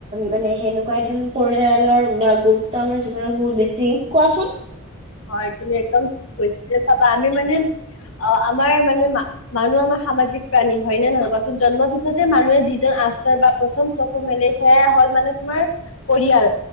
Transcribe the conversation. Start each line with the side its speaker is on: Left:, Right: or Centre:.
Right: মানে সেনেকুৱাই দিয়া নো পৰিয়ালৰ গুৰুত্ব আমাৰ জীৱনত বহুত বেছি। কোৱাচোন?
Left: হয়, তুমি একদম বেছিভাগ চাবা আমি মানে- অ', আমাৰ মানে মানুহ আমাৰ সামাজিক প্ৰাণী হয় নে নহয়। জন্মৰ পিছতে মানুহে যিজন আশ্ৰয় বা প্ৰথম চকু মেলে সেয়াই হ'ল মানে তোমাৰ- পৰিয়াল।